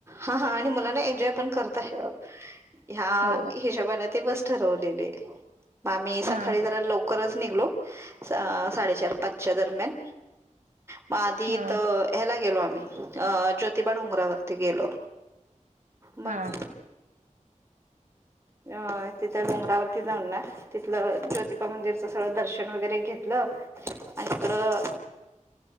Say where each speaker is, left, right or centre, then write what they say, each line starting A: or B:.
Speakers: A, on the right; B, on the right.
A: हा हा आणि मुलांना एन्जॉय पण करता यावा ह्या
B: हो
A: हिशोबाण ती बस ठरवलेली म आमी सकाळी
B: हा
A: जरां लव करच करच निघलो अ साडेचार पाचच्या दरम्यान म आधी
B: हा
A: इथं ह्याला गेलो आम्ही अ ज्योतिबा न उनगरावरती गेलो मग
B: हा
A: अ तिथ डोंगरावरती जाऊन ना तिथलं ज्योतिबा मंदिरच सगळं दर्शन वगैरे घेतलं. आणि इकडं